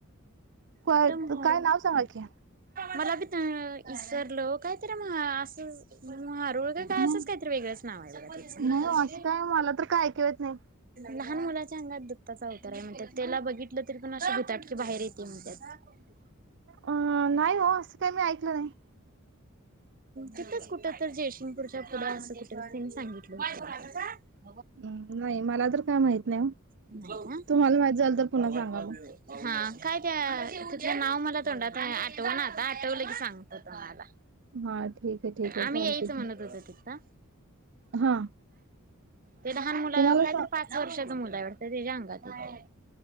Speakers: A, on the right; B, on the right.
A: व्हय
B: कुठलं मोहर
A: काय नाव सांगा की.
B: मला बी इसरलो काय तरी म असं <inaudible> का काय
A: नाही
B: असंच काहीतरी वेगळंच नाव आहे बघा त्याचं.
A: नाही हो असं काय मला तर काय ऐकू येत नाही
B: लहान मुलाच्या अंगात दत्ताचा अवतार आहे म्हणतात त्याला बघितलं तरी पण अशी भुताटकीे बाहेर येते म्हणतात. <inaudible>
A: अं नाही हो असं काही मी ऐकलं नाही.
B: तिथंच कुठं तर जयसिंगपूरच्या पुढे असं कुठं त्यांनी सांगितलं होतं.
A: म् नाही मला तर काय माहित नाही ओ
B: नाही का
A: तुम्हाला माहित झालं तर पुन्हा
B: हा
A: सांगा मग.
B: काय त्या तुझं नाव मला तोंडात आहे अ आठवणा आता आठवलं की सांगतो तुम्हाला.
A: हा ठीक आहे ठीक आहे
B: आम्ही
A: चालते
B: यायचं म्हणत
A: की
B: होतो तिथं
A: हा
B: ते लहान मुला
A: तुम्हाला
B: कायतर
A: सा
B: पाच वर्षाच मुल काय वाटतं त्याच्या अंगात येतंय.